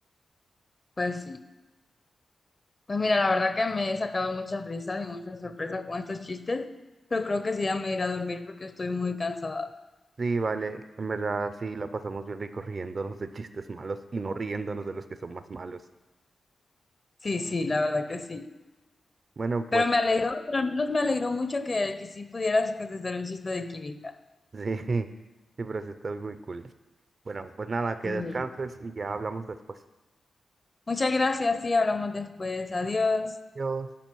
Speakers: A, on the left (about 35°); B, on the right (about 55°).
A: Pues sí. Pues mira, la verdad que me he sacado muchas risas y muchas sorpresas con estos chistes, pero creo que sí ya me iré a dormir porque estoy muy cansada.
B: Sí, vale, en verdad sí la pasamos bien rico riéndonos de chistes malos y no riéndonos de los que son más malos.
A: Sí, sí, la verdad que sí.
B: Bueno, pues
A: Pero me alegró, pero al menos me alegró mucho que, que sí pudieras contestar el chiste de química.
B: sí, <laughs> sí, pero sí está muy cool. Bueno, pues nada, que
A: Mm.
B: descanses y ya hablamos después.
A: Muchas gracias, sí, hablamos después. Adiós.
B: Adiós.